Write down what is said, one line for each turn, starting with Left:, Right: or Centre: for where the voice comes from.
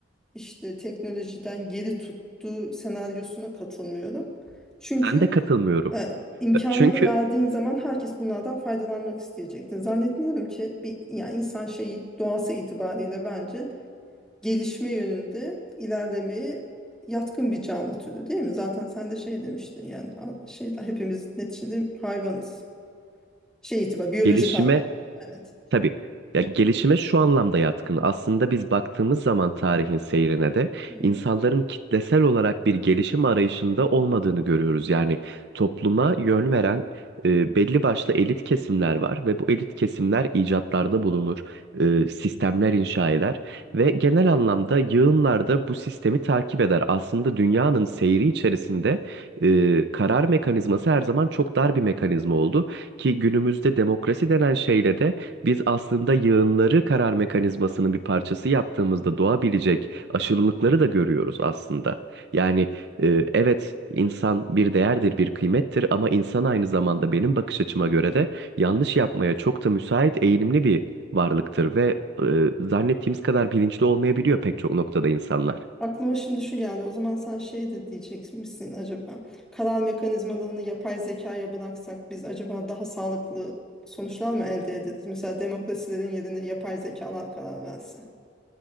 Centre: işte teknolojiden geri tuttuğu senaryosuna katılmıyorum. Çünkü
Right: Ben de katılmıyorum.
Centre: E, imkanları
Right: Çünkü
Centre: verdiğin zaman herkes bunlardan faydalanmak isteyecektir. Zannetmiyorum ki bir yani insan şeyi doğası itibariyle bence gelişme yönünde ilerlemeye yatkın bir canlı türü değil mi? Zaten sen de şey demiştin yani a- şey hepimiz neticede hayvanız. Şey itibar biyolojik
Right: gelişime
Centre: anlamda evet.
Right: Tabii. Ya gelişime şu anlamda yatkın. Aslında biz baktığımız zaman tarihin seyrine de
Centre: Hı hı.
Right: insanların kitlesel olarak bir gelişim arayışında olmadığını görüyoruz. Yani topluma yön veren e, belli başlı elit kesimler var ve bu elit kesimler icatlarda bulunur, e, sistemler inşa eder ve genel anlamda yığınlarda bu sistemi takip eder. Aslında dünyanın seyri içerisinde e, karar mekanizması her zaman çok dar bir mekanizma oldu ki günümüzde demokrasi denen şeyle de biz aslında yığınları karar mekanizmasının bir parçası yaptığımızda doğabilecek aşırılıkları da görüyoruz aslında. Yani e, evet insan bir değerdir, bir kıymettir ama insan aynı zamanda benim bakış açıma göre de yanlış yapmaya çok da müsait eğilimli bir varlıktır ve e, zannettiğimiz kadar bilinçli olmayabiliyor pek çok noktada insanlar.
Centre: Aklıma şimdi şu geldi. O zaman sen şey de diyecek misin acaba? Karar mekanizmalarını yapay zekaya bıraksak biz acaba daha sağlıklı sonuçlar mı elde ederiz? Mesela demokrasilerin yerine yapay zekalar karar verse.